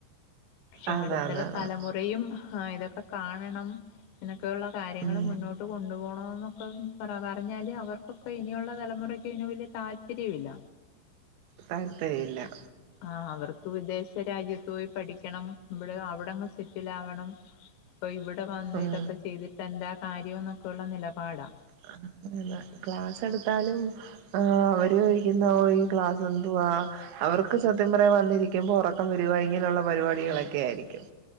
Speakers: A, on the left (about 80°); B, on the right (about 80°).
A: പക്ഷേ
B: ആന്ന്
A: അടുത്തുള്ള
B: ആന്ന് ആഹ്
A: തലമുറയും. ആഹ് ഇതൊക്കെ കാണണം ഇതൊക്കെയുള്ള കാര്യങ്ങൾ
B: ഉം
A: മുന്നോട്ട്. ഇട്ട് കൊണ്ടു പോണം എന്നൊക്കെ പറഞ്ഞാല് അവർക്കൊക്കെ ഇനിയുള്ള തലമുറയ്ക്ക് ഇ വലിയ താല്പര്യ ഇില്ല.
B: താല്പര്യല്ല.
A: ആഹ് അവർക്ക് വിദേശ രാജ്യത്ത് പോയി പഠിക്കണം ഇവിടെ അവിടെങ്ങ് സെറ്റിൽ ആവണം. അപ്പോ ഇവിടെ വന്ന്
B: ആഹ്
A: ഇതൊക്കെ ചെയ്തിട്ട് എന്താ കാര്യംന്നൊക്കെയുള്ള നിലപാടാ.
B: <unintelligible> ക്ലാസ് എടുത്താലും. ആഹ് അവര് ചോയിക്കുന്ന ഈ ക്ലാസ് എന്തുവാ? അവർക്ക് സത്യം പറ വന്നിരിക്കുമ്പോ ഉറക്കം വരുവാ ഇങ്ങനെയുള്ള പരിപാടികളൊക്കെ ആയിരിക്കും.